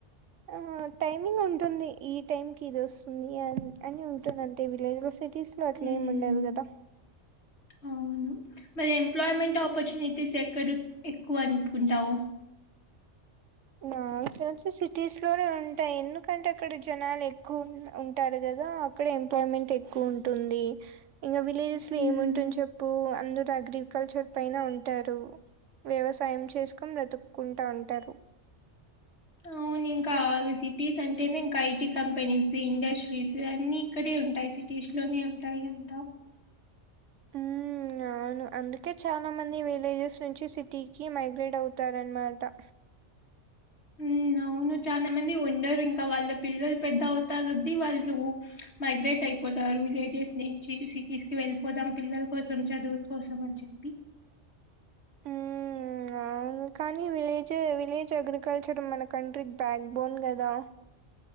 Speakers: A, on the right (about 80°); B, on the left (about 65°).
A: ఆ టైమింగ్ ఉంటుంది ఈ టైమ్కి ఇది వస్తుంది అని ఉంటుంది అంటే విలేజ్లో సిటీస్ అట్లెం
B: హ్మ్.
A: ఉండదు కదా
B: అవును మరి ఎంప్లయిమెంట్
A: హ్మ్.
B: ఆపర్చనిటీస్ ఎ ఎక్కడ ఎక్కువ అంనుకుంటావు
A: నాకు తెలిసి సిటీస్ లోనే ఉంటాయ్ ఎందుకంటే అక్కడ జనాలు ఎక్కు ఉంటారు కదా అక్కడ ఎంప్లాయ్మెంట్ ఎక్కువ ఉంటుంది ఇంగ విలేజెస్
B: హ్మ్.
A: లో ఏముంటుంది చెప్పు అందరు అగ్రికల్చర్ పైన ఉంటారు వ్యవసాయం చేసుకొని బ్రతుక్కుంట ఉంటారు
B: అవును ఇంకా సిటీస్ అంటేనే ఇంక ఐటీ కంపెనీస్ ఇండస్ట్రీస్ అన్ని ఇక్కడే ఉంటాయి సి లోనే ఉంటాయ్ అంత
A: ఉ అవును అందుకే చాల మంది విలేజెస్ నుంచి సిటీకి మైగ్రేట్ అవుతారన్మాట
B: హ్మ్. అవును చాల మంది ఉండరు ఇంకా వాళ్ళ పిల్లలు పెద్దవుతాకొద్ది వాళ్ళు మైగ్రేటైపోతారు విలేజెస్నుంచి సిటీస్కి వెళ్ళిపోదాం పిల్లల కోసం చదు కోసమని చెప్పి
A: ఊ అవును కానీ విలేజ్ విలేజ్ అగ్రికల్చర్ మన కంట్రీకి బ్యాక్బోన్ కదా